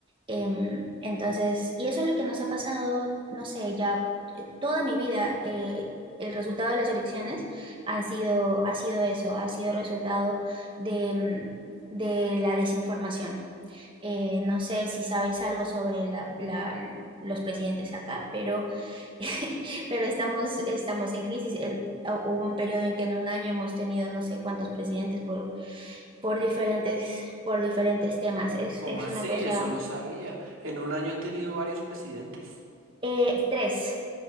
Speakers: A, on the right; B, on the right.
A: Em, entonces, y eso es lo que nos ha pasado, no sé, ya eh, toda mi vida, eh, el resultado de las elecciones han sido, ha sido eso, ha sido resultado de, em, de la desinformación. Eh, no sé si sabes algo sobre la- la- los presidentes acá, pero, <laughs> pero estamos, estamos en crisis. En- hu- hubo un periodo en que en un año hemos tenido no sé cuántos presidentes por, por diferentes, por diferentes temas. Es,
B: ¿Cómo
A: es
B: así?
A: una cosa...
B: Eso no sabía. ¿En un año han tenido varios presidentes?
A: Eh, tres.